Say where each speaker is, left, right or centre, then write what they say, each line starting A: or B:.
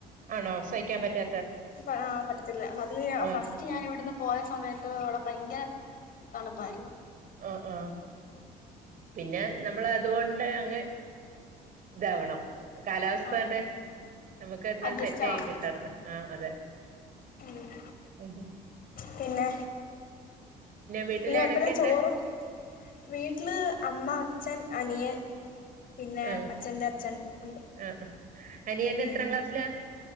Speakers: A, on the right; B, on the left.
A: ആണോ സഹിക്കാൻ പറ്റാ
B: ആഹ് പറ്റത്തില്ല. അന്ന് ഞാം
A: ആഹ്
B: ഫസ്റ്റ് ഞാൻ ഇവ്ട്ന്ന് പോയ സമയെത്ത് അവ്ടെ ഭയങ്കെര തണുപ്പായിരുന്നു.
A: ആഹ് ആഹ് പിന്നെ നമ്മെൾ അ തുകൊണ്ട് അങ്ങ് ഇതാവെണം. കാലാവസ്ഥ
B: ആ
A: ഇങ്ങെട്ട് നമുക്ക് ഒന്ന്
B: അഡ്ജസ്റ്റ്
A: സെറ്റ്
B: ആവണം
A: ആയി കിട്ടെണം. ആ അതെ.
B: ഉം
A: ആഹ്.
B: പിന്നെ
A: വീട്ടിൽ
B: ഇനി
A: ആരൊക്കെയുണ്ട്
B: എപ്പഴാ ചോറും വീട്ടില് അമ്മ അച്ഛൻ അനിയൻ പിന്നെ
A: ആഹ്
B: അച്ഛന്റെ അച്ഛൻ ഉണ്ട്.
A: ആഹ് അനിയൻ എത്രാം
B: ഉം
A: ക്ലാസ്സിലാ